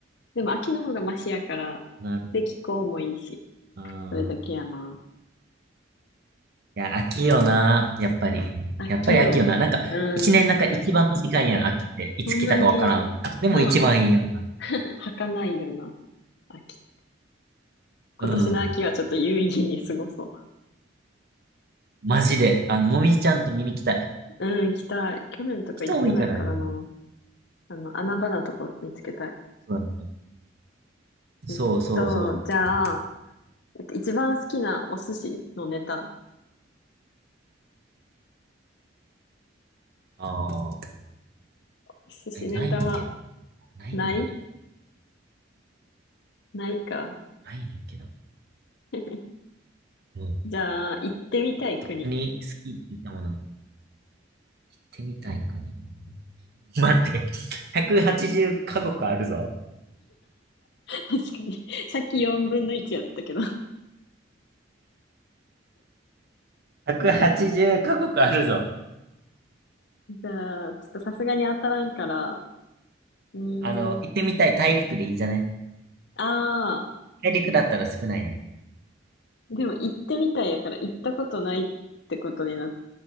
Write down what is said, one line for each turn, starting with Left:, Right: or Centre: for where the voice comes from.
Left: でも秋の方がマシやから、
Right: なる。
Left: で、気候もいいし、
Right: あー
Left: それだけやな。
Right: いや、秋よな。やっぱり。
Left: 秋よ。
Right: やっぱり秋よな。なんか、
Left: うん。
Right: 一年なんか一番短いやん、秋って。いつ来たかわからん。
Left: ほんまに、な、
Right: でも一番いいよ
Left: <laughs> 儚いよな、秋。今年の秋はちょっと有意義に過ごそ
Right: な。うん。マジで。あの、もみじちゃんと見に来たい。
Left: う。うん、行きたい。去年とか行ってないからな。
Right: 人多いからね。
Left: あの、穴場なとこ見つけたい。
Right: そうだねそうそうそう。
Left: えっと、じゃあ、えっと、一番好きなお寿司のネタ。
Right: ああ、
Left: 寿司ネタは
Right: え、ないねんけど。ないねんけど。
Left: ないないか。
Right: ないねんけど。
Left: <laughs>
Right: うん。
Left: じゃあ、行ってみたい国。
Right: 特に好きって言ったもの、行ってみたいかね。待って、180カ国あるぞ。
Left: <laughs> 確かに。さっき4分の1やったけど。
Right: 180カ国あるぞ。
Left: じゃあ、ちょっとさすがに当たらんから、うーん。
Right: あの、行ってみたい大陸でいいじゃない
Left: ああ、
Right: 大陸だったら少ないやん。
Left: でも行ってみたいやから行ったことないってことになっ